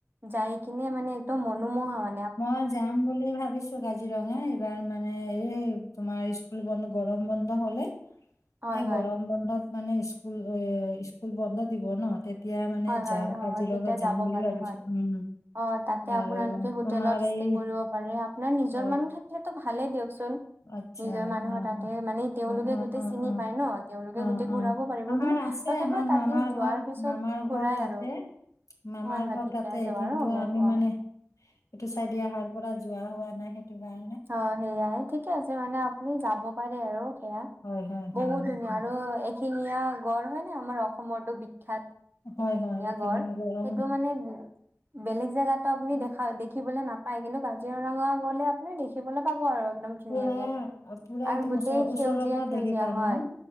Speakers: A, on the right; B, on the left.
A: যাই কিনে মানে একদম মনোমোহা হয়।
B: মই যাম বুলি ভাবিছো কাজিৰঙা এইবাৰ মানে মানে এই তোমাৰ স্কুল বন্ধ, গৰম বন্ধ হলে
A: হয়
B: এই
A: হয়
B: গৰম বন্ধত মানে স্কুল এ স্কুল বন্ধ দিব ন এতিয়া মানে
A: হয় হয়
B: যাম,
A: অ
B: কাজিৰঙা
A: তেতিয়া
B: যাম
A: যাব
B: বুলি
A: পাৰে
B: ভাবিছো,
A: হয়।
B: উ'ম
A: অ তাতে
B: আৰু
A: আপোনালোকে
B: তোমাৰ
A: হোটেলত ষ্টে
B: এই
A: কৰিব পাৰে। আপোনাৰ নিজৰ
B: অ
A: মানুহ থাকিলেতো ভালেই দিয়কচোন।
B: আচ্ছা
A: নিজৰ মানুহৰ
B: অ
A: তাতে
B: অ
A: মানে তেওঁলোকে
B: অ অ
A: গোটেই
B: অ
A: চিনি
B: অ
A: পায় ন তেওঁলোকে
B: অ
A: গোটেই
B: অ
A: ঘূৰাব পাৰিব।
B: আমাৰ
A: কিন্তু
B: আছে
A: তথাপিও
B: আমাৰ
A: তাতে
B: মামাৰ
A: যোৱাৰ
B: ঘৰ
A: পিছত।
B: মামাৰ
A: ঘুৰাই
B: ঘৰ তাতে
A: আৰু
B: মামাৰ
A: হয় হয়
B: ঘৰ
A: ঠিকে
B: তাতে
A: আছে
B: কিন্তু
A: বাৰু হ'ব হ'ব
B: আমি
A: অ।
B: মানে এইটো চাই দি অহাৰ পৰা যোৱা হোৱা নাই সেইটো কাৰ
A: অঁ, সেইয়াই ঠিকে আছে মানে আপুনি যাব পাৰে আৰু। সেয়া
B: হয় হয়
A: বহুত
B: হয় হয়
A: ধুনীয়া
B: হয়
A: আৰু এশিঙীয়া গঁড় হয় নে আমাৰ অসমৰতো বিখ বিখ্যাত
B: হয়
A: এশিঙীয়া
B: হয় এইখিনি
A: গঁড়
B: আৰু
A: সেইটো
B: অ
A: মানে বেলেগ জেগাতো আপুনি
B: অ
A: দেখা দেখিবলৈ নাপায় কিন্তু কাজিৰঙা গ'লে আপুনি দেখিবলৈ পাব আৰু একদম ধুনীয়াকে
B: পুৰা পুৰা
A: আৰু
B: একদম
A: গোটেই
B: ওচৰ ওচৰৰ
A: সেউজীয়া
B: পৰা
A: সেউজীয়া
B: দেখি পাম
A: হয়।
B: ন